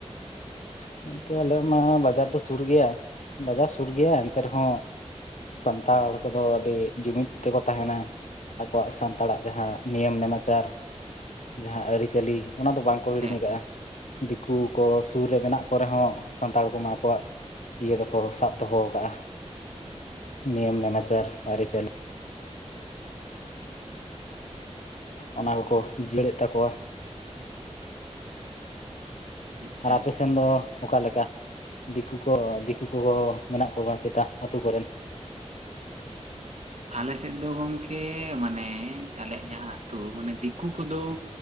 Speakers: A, on the left; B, on the right.
A: ᱜᱚᱝᱠᱮ ᱟᱞᱮᱭᱟᱜ ᱢᱟ ᱵᱟᱡᱟᱨ ᱫᱚ ᱥᱩᱨ ᱜᱮᱭᱟ ᱵᱟᱡᱟᱨ ᱥᱩᱨ ᱜᱮᱭᱟ ᱮᱱᱛᱮ ᱨᱮᱦᱚᱸᱼᱼ ᱥᱟᱱᱛᱟᱲ ᱠᱚᱫᱚ ᱟᱹᱰᱤ ᱡᱩᱢᱤᱫᱽ ᱛᱮᱠᱚ ᱛᱟᱦᱮᱸᱱᱟ᱾ ᱟᱠᱚᱣᱟᱜ ᱥᱟᱱᱛᱟᱲᱟᱜ ᱡᱟᱦᱟᱸ ᱱᱤᱭᱚᱢ ᱱᱮᱢᱟᱪᱟᱨᱼᱼ ᱡᱟᱦᱟᱸ ᱟᱹᱨᱤᱪᱟᱹᱞᱤ ᱚᱱᱟ ᱫᱚ ᱵᱟᱝ ᱠᱚ ᱦᱤᱲᱤᱧ
B: ᱦᱮᱸ
A: ᱟᱠᱟᱫ-ᱟ᱾ ᱫᱤᱠᱩ ᱠᱚᱼᱼ ᱥᱩᱨ ᱨᱮ ᱢᱮᱱᱟᱜ ᱠᱚᱨᱮ ᱦᱚᱸ ᱥᱟᱱᱛᱟᱲ ᱠᱚᱢᱟ ᱟᱠᱚᱣᱟᱜ
B: ᱦᱮᱸ
A: ᱤᱭᱟᱹ ᱫᱚᱠᱚ ᱥᱟᱵ ᱫᱚᱦᱚ ᱠᱟᱜ-ᱟ᱾ ᱱᱤᱭᱚᱢ ᱱᱟᱢᱟᱪᱟᱨ ᱟᱹᱨᱤᱪᱟᱹᱞᱤᱼᱼ ᱚᱱᱟ ᱫᱚᱠᱚ ᱡᱤᱭᱟᱹᱲᱮᱫ ᱛᱟᱠᱚᱣᱟ᱾
B: ᱦᱮᱸ ᱟᱪᱪᱷᱟ
A: ᱟᱨ ᱟᱯᱮ
B: ᱟᱪᱪᱷᱟ
A: ᱥᱮᱱ
B: ᱟᱪᱪᱷᱟ
A: ᱫᱚ
B: ᱟᱪᱪᱷᱟ
A: ᱚᱠᱟ ᱞᱮᱠᱟ? ᱫᱤᱠᱩ ᱠᱚ ᱫᱤᱠᱩ ᱠᱚ ᱢᱮᱱᱟᱜ ᱠᱚᱣᱟ ᱪᱮᱛᱟ ᱟᱹᱛᱩ ᱠᱚᱨᱮ?
B: ᱟᱞᱮ ᱥᱮᱫ ᱫᱚ ᱜᱚᱝᱠᱮ ᱢᱟᱱᱮ ᱟᱞᱮᱭᱟᱜ ᱡᱟᱦᱟᱸ ᱟᱹᱛᱩ ᱢᱟᱱᱮ ᱫᱤᱠᱩ ᱠᱚᱫᱚᱼᱼ